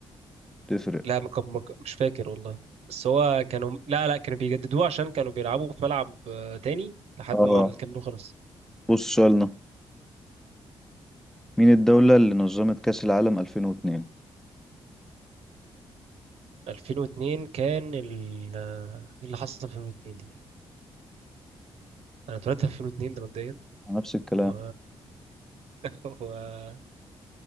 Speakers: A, in the centre; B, on the right.
A: تفرق
B: لا مكب... مك... مش فاكر والله بس هو كانوا لا لا كانوا بيجددوه عشان كانوا بيلعبوا في ملعب آه، تاني لحد
A: اه
B: ما الكامب نو خلص
A: بص سؤالنا مين الدولة اللي نظمت كأس العالم 2002
B: 2002 كان ال آه، ايه اللي حصل في 2002 دي انا اتولدت في 2002 ده مبدئيا
A: نفس الكلام
B: و والبرازيل